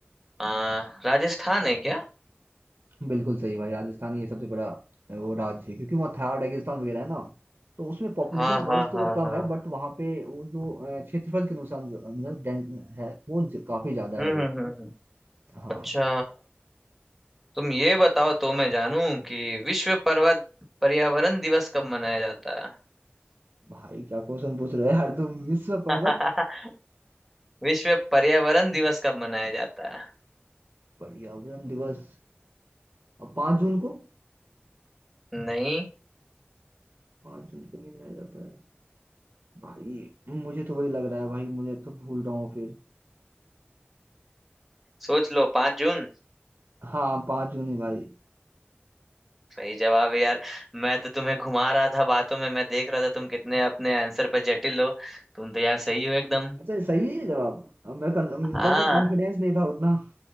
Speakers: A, in the centre; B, on the right.
A: आ, राजस्थान है क्या
B: बिल्कुल सही भाई राजस्थान ही सबसे बड़ा अ, वो राज्य है क्योंकि वहाँ थार रेगिस्तान वगैरह है ना तो उसमें पॉपुलेशन
A: हाँ
B: वाइज
A: हाँ
B: तो
A: हाँ
B: वो कम
A: हाँ
B: है बट वहाँ पे वो जो अ, क्षेत्रफल के अनुसार जो- अनुसार डेन- है वो ज- काफी ज्यादा
A: हम्म
B: है वो
A: हम्म हम्म, हम्म।
B: हाँ
A: अच्छा तुम ये बताओ तो मैं जानूं कि विश्व पर्वत पर्यावरण दिवस कब मनाया जाता है
B: भाई क्या क्वेश्चन पूछ रहे हो यार तुम विश्व पर्वत
A: <laughs> विश्व पर्यावरण दिवस कब मनाया जाता है
B: पर्यावरण दिवस और 5 जून को
A: नहीं
B: पाँच जून को नहीं मनाया जाता है भाई मुझे तो वही लग रहा है भाई मुझे तो भूल रहा हूँ फिर
A: सोच लो पांच जून
B: हाँ पाँच जून ही भाई
A: सही जवाब है यार मैं तो तुम्हें घुमा रहा था बातों में मैं देख रहा था तुम कितने अपने आंसर पर जटिल हो तुम तो यार सही हो एकदम
B: अच्छा सही है जवाब अब मैं
A: हाँ
B: बट मैं कॉन्फिडेंस नहीं था उतना